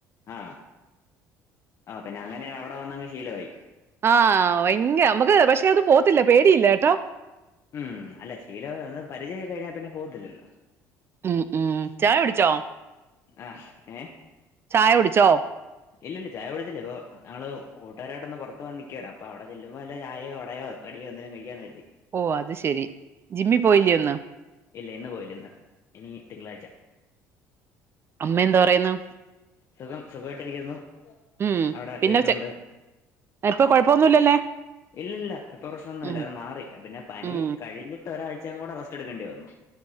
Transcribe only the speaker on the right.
ആഹ ഭയങ്കര നമുക്ക് പക്ഷേ അത് പോവത്തില്ല പേടിയില്ലാട്ടോ
ഉം ഉം ചായ കുടിച്ചോ
ചായ കുടിച്ചോ
ഓ അത് ശെരി ജിമ്മിൽ പോയില്ലേ ഇന്ന്
അമ്മ എന്താ പറയുന്നു
ഉം
പിന്നെ
ചെ ഇപ്പൊ കൊഴപ്പൊന്നുല്ലല്ലേ
ഉം
ഉം